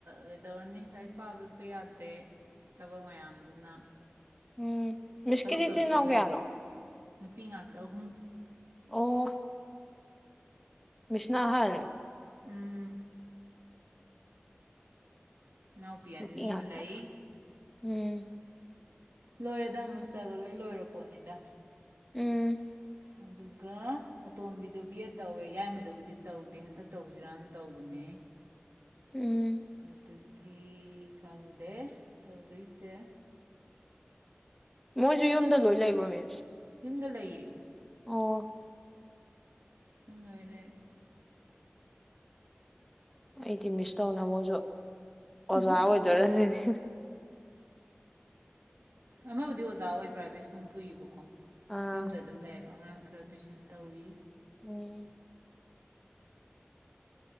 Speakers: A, on the right; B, in the centre.
A: ꯀꯩꯗꯧꯔꯅꯤ ꯂꯥꯏꯔꯤꯛ ꯄꯥꯕꯁꯨ ꯌꯥꯗꯦ ꯊꯕꯛ ꯃꯌꯥꯝꯗꯨꯅ
B: ꯎꯝ ꯃꯤꯁꯀꯤꯗꯤ
A: ꯊꯕꯛ ꯇꯧꯅꯤꯡꯗꯕꯩ
B: ꯆꯤꯟꯅꯥꯎ ꯀꯌꯥꯅꯣ
A: ꯅꯨꯄꯤ ꯉꯥꯛꯇ ꯑꯍꯨꯝ
B: ꯑꯣ ꯃꯤꯁꯅ ꯑꯍꯜ
A: ꯎꯝ ꯏꯅꯥꯎꯄꯤ
B: ꯅꯨꯄꯤ
A: ꯑꯅꯤ
B: ꯉꯥꯛꯇ
A: ꯑꯃ ꯂꯩ
B: ꯎꯝ
A: ꯂꯣꯏꯔꯦꯗ ꯃꯁꯇꯒ ꯂꯣꯏ ꯂꯣꯏꯔꯦ ꯀꯣꯅꯤꯗ
B: ꯎꯝ
A: ꯑꯗꯨꯒ ꯑꯇꯣꯝꯕꯤꯗꯣ ꯕꯤ ꯑꯦꯠ ꯇꯧꯋꯦ ꯌꯥꯏꯃꯗꯕꯨꯗꯤ ꯇꯧꯗꯦ ꯍꯟꯗꯛ ꯇꯧꯁꯤꯔꯅ ꯇꯧꯕꯅꯦ
B: ꯎꯝ
A: ꯑꯗꯨꯒꯤ ꯈꯪꯗꯦ ꯇꯧꯗꯣꯏꯁꯦ
B: ꯃꯣꯏꯁꯨ ꯌꯨꯝꯗ ꯂꯣꯏ ꯂꯩꯕ꯭ꯔꯣ ꯃꯤꯁ
A: ꯌꯨꯝꯗ ꯂꯩꯌꯦ
B: ꯑꯣ
A: <unintelligible>
B: ꯑꯩꯗꯤ ꯃꯤꯁ ꯇꯧꯅ ꯃꯣꯏꯖꯨ ꯑꯣꯖꯥ
A: ꯎꯝꯍꯨꯝ
B: ꯑꯣꯏꯗꯣꯔꯁꯤꯅꯦ
A: ꯂꯩꯇꯦ ꯑꯃꯕꯨꯗꯤ ꯑꯣꯖꯥ ꯑꯣꯏ ꯄ꯭ꯔꯥꯏꯚꯦꯠ ꯁ꯭ꯀꯨꯨꯟ ꯄꯨꯏꯕꯀꯣ
B: ꯑꯥ
A: ꯌꯨꯝꯗ ꯑꯗꯨꯝ ꯂꯩꯌꯦꯕ ꯑꯉꯥꯡ ꯈꯔ ꯇꯨꯏꯁꯟ ꯇꯧꯋꯤ
B: ꯎꯝ